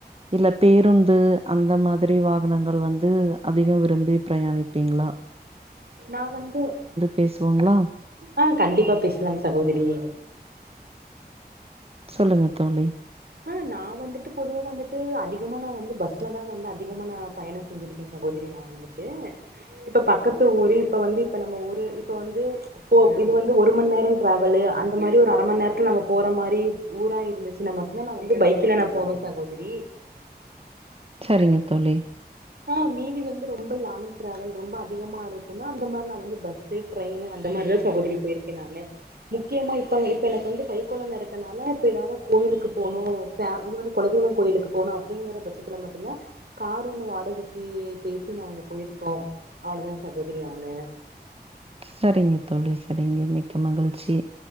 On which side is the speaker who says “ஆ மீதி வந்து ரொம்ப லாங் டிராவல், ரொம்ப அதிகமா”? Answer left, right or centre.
Right